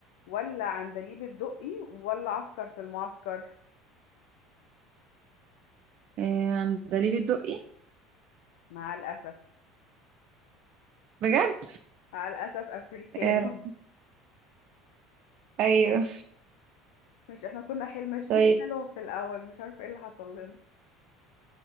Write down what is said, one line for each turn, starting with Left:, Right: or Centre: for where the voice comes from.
Left: ولا عندليب الدقي ولا عسكر في المعسكر
Right: آه، عندليب الدقي
Left: مع الاسف
Right: بجد
Left: مع الاسف افريكانو
Right: آه، ايوه
Left: مش احنا كنا حيل ماشيين
Right: طيب
Left: حلو في الاول مش عارفه ايه اللي حصل لنا